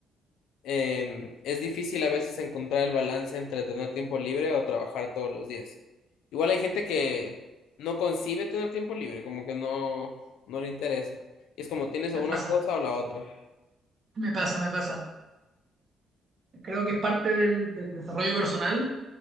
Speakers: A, on the left (about 80°); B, on the right (about 45°).
A: em, es difícil a veces encontrar el balance entre tener tiempo libre o trabajar todos los días. Igual hay gente que no concibe tener tiempo libre, como que no, no le interesa. Es como tienes
B: Me
A: o una
B: pasa,
A: cosa o la otra.
B: me pasa, me pasa. Creo que es parte del, del desarrollo personal